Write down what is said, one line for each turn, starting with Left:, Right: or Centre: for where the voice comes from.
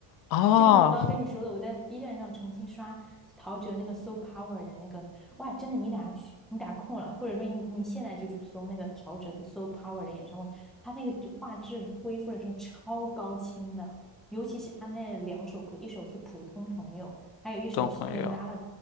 Left: 啊，
Centre: 就像我刚刚跟你说的，我在 B 站上重新刷陶喆那个《So Power》的那个，哇，真的，你打去，你打空了，或者说你你现在就去搜那个陶喆的《So Power》的演唱会，他那个画质恢复的时候超高清的，尤其是他那两首歌，一首是《普通朋友》，还有一首是那个《Melody》，
Left: 懂朋友，